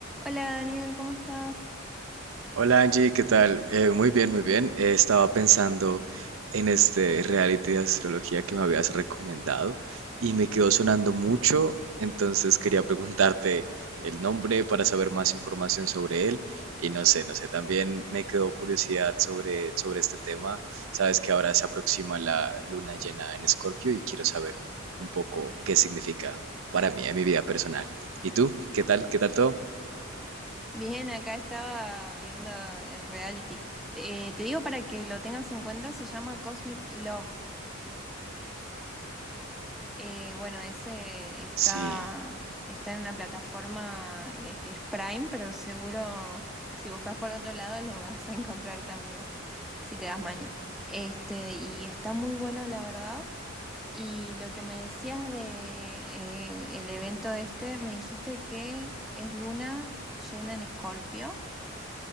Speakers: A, in the centre; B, on the right (about 75°).
A: Hola Daniel, ¿cómo estás?
B: Hola Angie, ¿qué tal? Eh, muy bien, muy bien. Eh, estaba pensando en este reality de astrología que me habías recomendado y me quedó sonando mucho, entonces quería <laughs> preguntarte el nombre para saber más información sobre él y no sé, no sé, también me quedó curiosidad sobre, sobre este tema. Sabes que ahora se aproxima la luna llena en Escorpio y quiero saber un poco qué significa para mí en mi vida personal. ¿Y tú? ¿Qué tal? ¿Qué tal todo?
A: Bien, acá estaba viendo el reality. Te, eh, te digo para que lo tengas en cuenta, se llama Cosmic Love. Eh, bueno, ese está,
B: Sí.
A: está en una plataforma de- que es Prime, pero seguro si buscas por otro lado lo vas a encontrar también, si te das maña. Este, y está muy bueno, la verdad. Y lo que me decías de eh, el evento este, me dijiste que es luna llena en Escorpio.